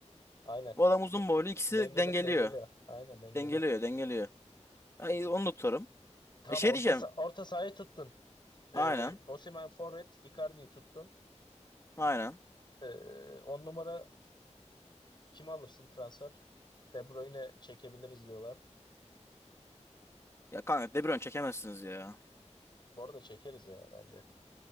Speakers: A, on the left (about 40°); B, on the left (about 20°).
A: Aynen.
B: Bu adam uzun
A: De-
B: boylu. İkisi
A: dengeli
B: dengeliyor.
A: dengeliyor. Aynen dengeliyor.
B: Dengeliyor, dengeliyor. Ay, onu da tutarım.
A: Tamam
B: E şey
A: orta
B: diyeceğim.
A: sa- orta sahayı tuttun. Ee,
B: Aynen.
A: Osimhen forvet, Icardi'yi tuttun.
B: Aynen.
A: Ee, on numara kimi alırsın transfer? De Bruyne çekebiliriz diyorlar.
B: Ya kanka De Bruyne çekemezsiniz ya.
A: Bu arada çekeriz ya bence.